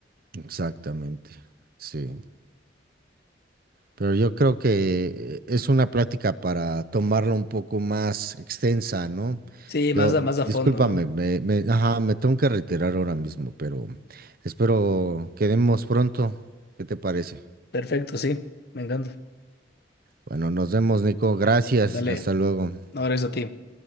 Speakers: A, on the right; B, on the left.
A: exactamente. Sí. Pero yo creo que eh, es una plática para tomarla un poco más extensa, ¿no?
B: Sí,
A: Yo,
B: más a, más a
A: discúlpame,
B: fondo, ¿no?
A: me, me, ajá, me tengo que retirar ahora mismo, pero espero quedemos pronto. ¿Qué te parece?
B: Perfecto, sí, me encanta.
A: Bueno, nos vemos, Nico. Gracias.
B: Dale,
A: Hasta luego.
B: ahora es a ti.